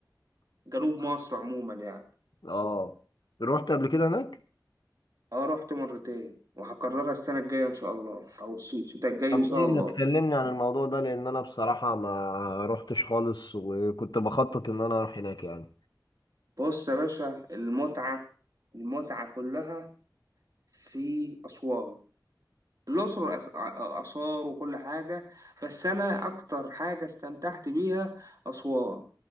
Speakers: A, on the right; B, on the left.
A: وجنوب مصر عموما يعني
B: اه رحت قبل كده هناك
A: اه رحت مرتين وهكررها السنة الجاية إن شاء الله أو الص- الشتاء الجاي
B: طب
A: إن شاء
B: ايه
A: الله
B: ما تكلمني عن الموضوع ده لان انا بصراحة ما رحتش خالص وكنت بخطط ان انا اروح هناك يعني
A: بص يا باشا المتعة المتعة كلها في أسوان الأقصر وأس- آ- آثار وكل حاجة بس أنا أكتر حاجة استمتعت بيها أسوان